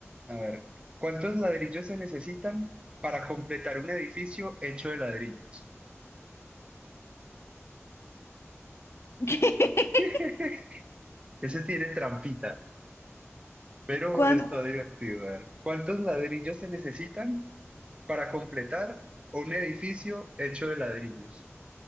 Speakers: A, on the right; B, on the left.
A: A ver, ¿cuántos ladrillos se necesitan para completar un edificio hecho de ladrillos?
B: <laughs> ¿Qué?
A: <laughs> Ese tiene trampita, pero
B: ¿Cuándo?
A: está divertido. A ver, ¿cuántos ladrillos se necesitan para completar un edificio hecho de ladrillos?